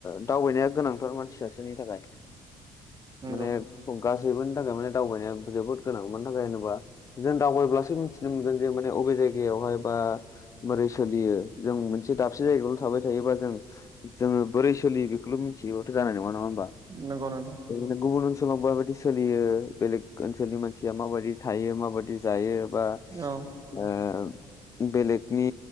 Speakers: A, on the left; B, on the right.
A: दावबायनाया गोनांथार मानसि ससेोनि थाखाय
B: नंगौ
A: माने गासैबोनि थाखाय माने दावबायनाया जोबोद गोनां मानि थाखाय होनोबा जों दावबायब्लासो मिथिनो मोनगोन जे माने अबे जायगायावहाय बा माबोरै सोलियो जों मोनसे दाबसे जायगायावल थाबाय थायोबा जों जोङो बोरै सोलि बेखौल' मिथियोाथ' जानाय नङा नङा होमबा?
B: नंगौ नोंथां।
A: गुबुन ओनसोलाव माबायदि सोलियो बेलेग ओनसोलनि मानसिया माबायदि थायो माबायदि जायो बा
B: औ
A: ओ बेलेगनि